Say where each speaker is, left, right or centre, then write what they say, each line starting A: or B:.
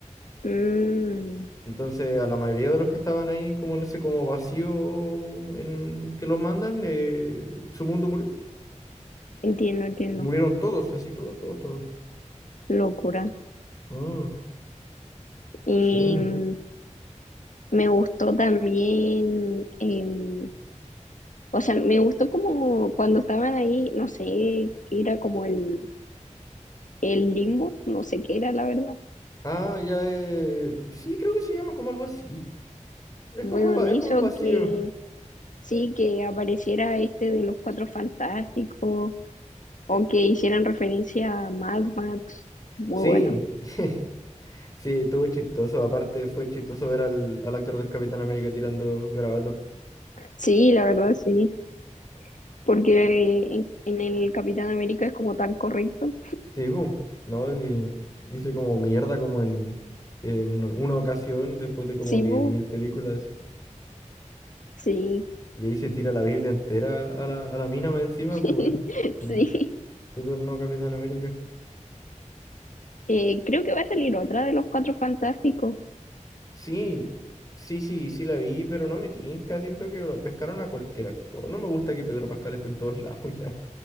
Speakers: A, on the left (about 80°); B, on the left (about 30°).
A: Mm,
B: Entonces a la mayoría de los que estaban ahí como en ese como vacío en que los mandan, eh, su mundo murió.
A: entiendo, entiendo.
B: Murieron todos, así todos, todos, todos.
A: locura.
B: Ah,
A: Y
B: sí.
A: mm, me gustó también, em, o sea, me gustó como cuando estaban ahí, no sé, qué era como el, el limbo, no sé qué era la verdad.
B: Ah, ya, eh, sí, creo que se llama como algo así. Es
A: Bueno,
B: como, algo-
A: le
B: es
A: hizo
B: como un vacío.
A: que sí, que apareciera este de los Cuatro Fantásticos o que hicieran referencia a Mad Max. Muy
B: Sí.
A: bueno.
B: <laughs> Sí, estuvo chistoso. Aparte, fue chistoso ver al, al actor del Capitán América tirando garabato.
A: Sí, la verdad sí, porque en, en el Capitán América es como tan correcto.
B: Sí, pum. No, di- dice como mierda, como en, en una ocasión, después de como
A: Sí,
B: diez
A: bu,
B: mil películas.
A: sí,
B: Y ahí se tira la Biblia entera a la, a la mina más encima,
A: <laughs>
B: pues, weón. Como
A: sí.
B: súper no Capitán América.
A: Eh, creo que va a salir otra de los Cuatro Fantásticos.
B: Sí, sí, sí, sí la vi, pero no me tinca. Siento que lo pescaron a cualquier actor. No me gusta que Pedro Pascal esté en todos <laughs> lados ya